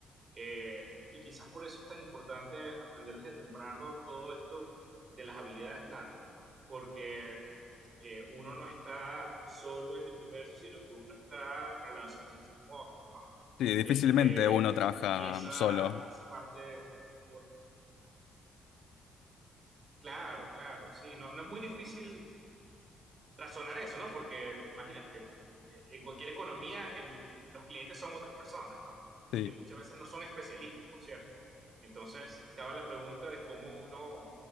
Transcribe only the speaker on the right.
Eh, y quizás por eso es tan importante aprender desde temprano todo esto de las habilidades blandas, porque eh, uno no está solo en el universo, sino que uno está relacionándose con otros, ¿no?
Este,
y esa,
esa parte, por- claro, claro, sí, no, no es muy difícil razonar eso, ¿no? Porque imagínate, en cualquier economía el- los clientes son otras personas, ¿no? Y
que muchas veces no son especialistas, por cierto. Entonces, cabe la pregunta de cómo uno